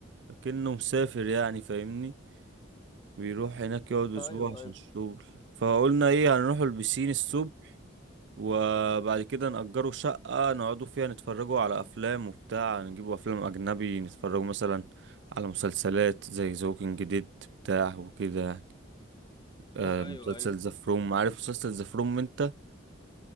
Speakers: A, on the right; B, on the left.
A: لكنه مسافر يعني فاهمني بيروح هناك يقعد اسبوع
B: ايوه
A: عشان
B: ايوه
A: الشغل فقلنا ايه هنروحوا البسين الصبح وبعد كده نأجروا شقة نقعدوا فيها نتفرجوا على أفلام وبتاع نجيبوا أفلام أجنبي نتفرجوا مثلا على مسلسلات زي ذا ووكينج ديد بتاع وكده يعني. آه
B: ايوه
A: مسلسل
B: ايوه
A: ذا فروم عارف مسلسل ذا فروم انت